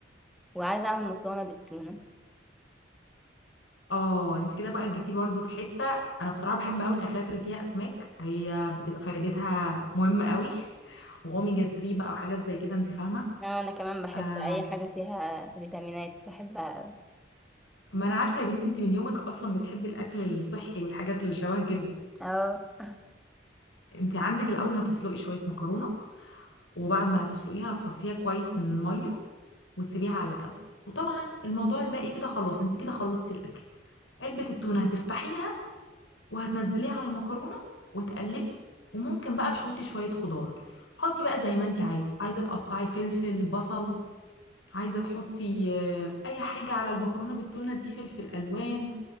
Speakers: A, in the centre; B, on the left.
A: وعايزة اعمل مكرونة بالتونة
B: اه انت كده بقى جيتي برضو في حتة انا بصراحة بحب قوي الاكلات اللي فيها اسماك هي بتبقى فايدتها مهمة قوي <laughs> واوميجا 3 بقى وحاجات زي كده انت فاهمة
A: لا انا كمان بحب
B: آه
A: اي حاجة فيها فيتامينات بحبها اوي
B: ما انا عارفة يا بنتي انت من يومك اصلا بتحبي الاكل الصحي والحاجات اللي شبه كده
A: اه
B: انت عندك الاول هتسلقي شوية مكرونة وبعد ما هتسلقيها هتصفيها كويس من المية وتسيبيها على جنب وطبعا الموضوع الباقي كده خلاص انت كده خلصتي الاكل علبة التونة هتفتحيها وهتنزليها على المكرونه وتقلبي وممكن بقى تحطي شويه خضار حطي بقى زي ما انت عايزه عايزه تقطعي فلفل بصل عايزه تحطي آه، اي حاجه على المكرونه بالتونه دي فلفل الوان